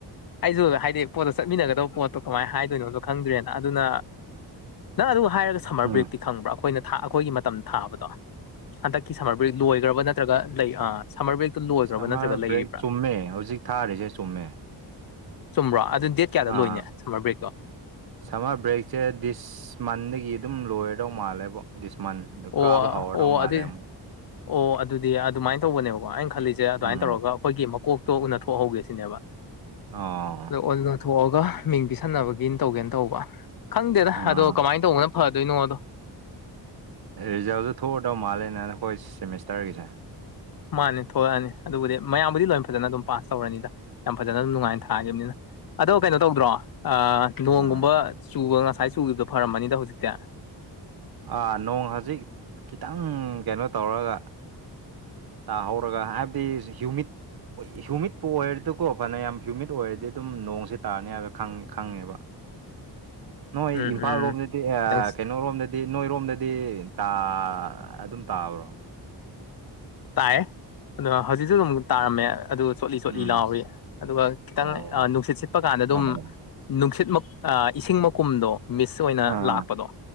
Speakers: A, on the left (about 55°); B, on the right (about 60°).
A: ꯑꯩꯁꯨ ꯍꯥꯏꯗꯤ ꯄꯣꯠꯇꯣ ꯆꯠꯃꯤꯟꯅꯒꯗꯕ ꯄꯣꯠꯇꯣ ꯀꯃꯥꯏꯅ ꯍꯥꯏꯗꯣꯏꯅꯣꯗꯣ ꯈꯪꯗ꯭ꯔꯦꯅ ꯑꯗꯨꯅ ꯅꯪ ꯑꯗꯨ ꯍꯥꯏꯔꯒ ꯁꯝꯃꯔ
B: ꯎꯝ
A: ꯕ꯭ꯔꯦꯛꯇꯤ ꯈꯪꯕ꯭ꯔꯥ ꯑꯩꯈꯣꯏꯅ ꯊꯥ ꯑꯩꯈꯣꯏꯒꯤ ꯃꯇꯝ ꯊꯥꯕꯗꯣ ꯍꯟꯗꯛꯀꯤ ꯁꯝꯃꯔ ꯕ꯭ꯔꯦꯛ ꯂꯣꯏꯈ꯭ꯔꯕ ꯅꯠꯇ꯭ꯔꯒ ꯂꯩ ꯑ ꯁꯝꯃꯔ ꯕ꯭ꯔꯦꯛꯇꯨ ꯂꯣꯏꯈ꯭ꯔꯕ
B: ꯁꯝꯃꯔ
A: ꯅꯠꯇ꯭ꯔꯒ ꯂꯩꯔꯤꯕ꯭ꯔꯥ
B: ꯕ꯭ꯔꯦꯛ ꯆꯨꯝꯃꯦ ꯍꯧꯖꯤꯛ ꯊꯥꯔꯤꯁꯦ ꯆꯨꯝꯃꯦ
A: ꯆꯨꯝꯕ꯭ꯔꯣ ꯑꯗꯨ ꯗꯦꯠ ꯀꯌꯥꯗ
B: ꯑꯥ
A: ꯂꯣꯏꯅꯤ ꯁꯝꯃꯔ ꯕ꯭ꯔꯦꯛꯇꯣ
B: ꯁꯝꯃꯔ ꯕ꯭ꯔꯦꯛꯁꯦ ꯗꯤꯁ ꯃꯟꯗꯒꯤ ꯑꯗꯨꯝ ꯂꯣꯏꯔꯗꯧ ꯃꯥꯜꯂꯦꯕꯣ ꯗꯤꯁ ꯃꯟ ꯑꯗꯣ
A: ꯑꯣ
B: ꯀꯥꯕ ꯍꯧꯔꯗꯣ
A: ꯑꯣ
B: ꯃꯥꯜꯂꯦ
A: ꯑꯗꯨꯏ
B: ꯑꯝ
A: ꯑꯣ ꯑꯗꯨꯗꯤ ꯑꯗꯨꯃꯥꯏꯅ ꯇꯧꯕꯅꯦꯕꯀꯣ ꯑꯩꯅ ꯈꯜꯂꯤꯁꯦ ꯑꯗꯨꯃꯥꯏꯅ
B: ꯎꯝ
A: ꯇꯧꯔꯒ ꯑꯩꯈꯣꯏꯒꯤ ꯃꯀꯣꯛꯇꯣ ꯎꯅꯊꯣꯛꯍꯧꯒꯦ ꯁꯤꯅꯦꯕ
B: ꯑꯣ
A: ꯑꯣꯊꯣꯛꯑꯒ ꯃꯤꯡ ꯄꯤꯁꯟꯅꯕꯒꯤꯅ ꯇꯧꯒꯦꯅ ꯇꯧꯕ ꯈꯪꯗꯦꯗ
B: ꯑꯥ
A: ꯑꯗꯣ ꯀꯃꯥꯏꯅ ꯇꯧꯕꯅ ꯐ ꯗꯣꯏꯅꯣꯗꯣ
B: ꯔꯤꯖꯜꯗꯨ ꯊꯣꯛꯑꯗꯧ ꯃꯥꯜꯂꯦꯅ ꯑꯩꯈꯣꯏ ꯁꯦꯃꯤꯁꯇꯔꯒꯤꯁꯦ
A: ꯃꯥꯅꯤ ꯊꯣꯛꯂꯛꯑꯅꯤ ꯑꯗꯨꯕꯨꯗꯤ ꯃꯌꯥꯝꯕꯨꯗꯤ ꯂꯣꯏ ꯐꯖꯅ ꯑꯗꯨꯝ ꯄꯥꯁ ꯇꯧꯅꯅꯤꯗ ꯌꯥꯝ ꯐꯖꯅ ꯑꯗꯨꯝ ꯅꯨꯡꯉꯥꯏꯅ ꯊꯥꯈꯤꯕꯅꯤꯅ ꯑꯗꯣ ꯀꯩꯅꯣ ꯇꯧꯗ꯭ꯔꯣ ꯑꯥ ꯅꯣꯡꯒꯨꯝꯕ
B: ꯎꯝ
A: ꯆꯨꯕ ꯉꯁꯥꯏ ꯆꯨꯈꯤꯕꯗꯣ ꯐꯔꯝꯃꯅꯤꯗ ꯍꯧꯖꯤꯛꯇꯤ
B: ꯑꯥ ꯅꯣꯡ ꯍꯧꯖꯤꯛ ꯈꯤꯇꯪ ꯀꯩꯅꯣ ꯇꯧꯔꯒ ꯇꯥꯍꯧꯔꯒ ꯍꯥꯏꯕꯗꯤ ꯍ꯭ꯌꯨꯃꯤꯠ ꯍ꯭ꯌꯨꯃꯤꯠꯄꯨ ꯑꯣꯏꯔꯗꯤꯀꯣ ꯐꯅꯌꯥꯝ ꯍ꯭ꯌꯨꯃꯤꯠ ꯑꯣꯏꯔꯗꯤ ꯑꯗꯨꯝ ꯅꯣꯡꯁꯤ ꯇꯥꯔꯅꯤ ꯍꯥꯏꯕ ꯈꯪ ꯈꯪꯉꯦꯕ ꯅꯣꯏ
A: ꯎꯝ
B: ꯏꯝꯐꯥꯜ
A: ꯎꯝ
B: ꯔꯣꯝꯗꯗꯤ
A: ꯈꯤꯇꯪ
B: ꯀꯩꯅꯣꯔꯣꯝꯗꯗꯤ ꯗꯤ ꯅꯣꯏꯔꯣꯝꯗꯗꯤ ꯇꯥ ꯑꯗꯨꯝ ꯇꯥꯕ꯭ꯔꯣ
A: ꯇꯥꯏ ꯑꯗꯣ ꯍꯧꯖꯤꯛꯁꯨ ꯑꯗꯨꯝ ꯇꯥꯔꯝꯃꯦ ꯑꯗꯨ ꯆꯣꯠꯂꯤ ꯆꯣꯠꯂꯤ
B: ꯎꯝ
A: ꯂꯥꯎꯔꯤ ꯑꯗꯨꯒ ꯈꯤꯇꯪ
B: ꯑꯣ
A: ꯅꯨꯡꯁꯤꯠ ꯁꯤꯠꯄ ꯀꯥꯟꯗ ꯑꯗꯨꯝ
B: ꯑꯣ
A: ꯅꯨꯡꯁꯤꯠ ꯑ ꯏꯁꯤꯡ ꯃꯀꯨꯝꯗꯣ ꯃꯤꯁ ꯑꯣꯏꯅ
B: ꯑꯥ
A: ꯂꯥꯛꯄꯗꯣ